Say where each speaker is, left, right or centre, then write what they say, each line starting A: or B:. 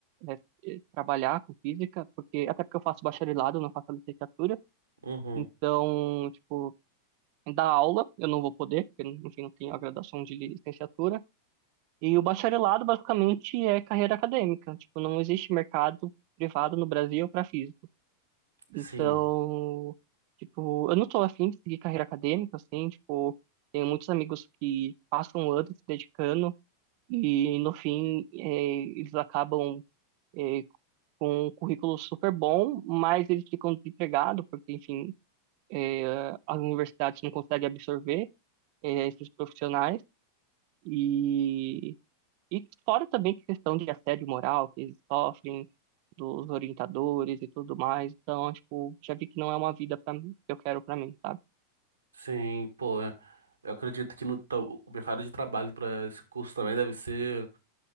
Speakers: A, on the right (about 45°); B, on the right (about 75°).
A: é, é, trabalhar com física, porque até porque eu faço bacharelado, não faço licenciatura.
B: uhum.
A: Então, tipo, da aula, eu não vou poder, porque, enfim, não tenho a graduação de licenciatura. E o bacharelado, basicamente, é carreira acadêmica. Tipo, não existe mercado privado no Brasil para físico.
B: Sim,
A: Então, tipo, eu não tô afim de seguir carreira acadêmica, assim, tipo, tenho muitos amigos que passam anos se dedicando e, no fim, eh, eles acabam, eh, com um currículo super bom, mas eles ficam desempregados, porque, enfim, eh, as universidades não conseguem absorver é, esses profissionais e, e fora também que questão de assédio moral que eles sofrem dos orientadores e tudo mais. Então, tipo, já vi que não é uma vida para mim, que eu quero para mim, sabe?
B: sim, pô. é- Eu acredito que no, ta- o mercado de trabalho para esse curso também deve ser